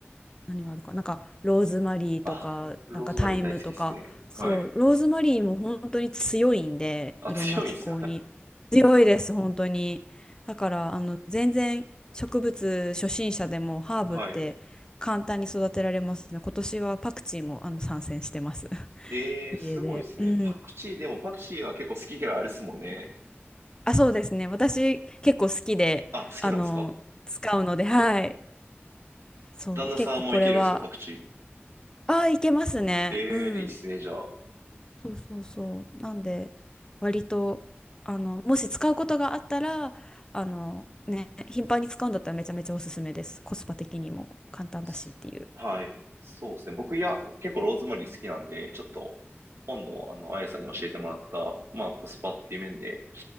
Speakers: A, on the left; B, on the right.
A: 何があるかなんかローズマリーとかなんかタイムとかそうローズマリーも本当に強いんでいろんな気候に強いです本当にだからあの全然植物初心者でもハーブって簡単に育てられますね今年はパクチーもあの参戦してます
B: ああ、ローズマリー大好きですね。はい。あ、強いんすか <laughs> はい。ええーすごいですね。
A: <laughs> 家でうん
B: パクチーでもパクチーは結構好き嫌いあるっすもんね。
A: あそうですね私結構好きであの使うのではい
B: あ、好きなんですか
A: そう結構これは
B: 旦那さんもいけるんですかパクチ
A: あーいけますねうん
B: ー。ええーいいっすね、じゃあ。
A: そうそうそう。なんで、割と、あの、もし使うことがあったら、あの、ね、頻繁に使うんだったらめちゃめちゃおすすめです。コスパ的にも簡単だしっていう。
B: すはい。そうですね。僕、いや、結構ローズマリー好きなんで、ちょっと、今度、あの、あやさんに教えてもらった、まあ、コスパっていう面で、